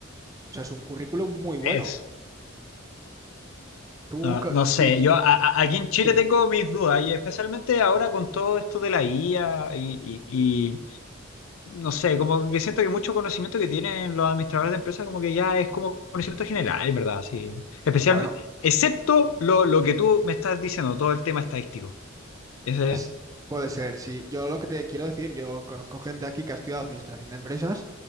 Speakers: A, on the right; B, on the left.
A: sea, es un currículum muy bueno.
B: Es.
A: Tú,
B: No,
A: ca-
B: no sé,
A: y,
B: yo a- a- aquí en Chile
A: sí.
B: tengo mis dudas, y especialmente ahora con todo esto de la I A y y no sé, como que siento que mucho conocimiento que tienen los administradores de empresas como que ya es como conocimiento general, en verdad, sí. Especialmente,
A: Bueno,
B: excepto lo, lo que tú me estás diciendo, todo el tema estadístico. Ese
A: Es- Puede ser, sí. Yo lo que te quiero decir, yo conozco gente aquí que ha estudiado administración de empresas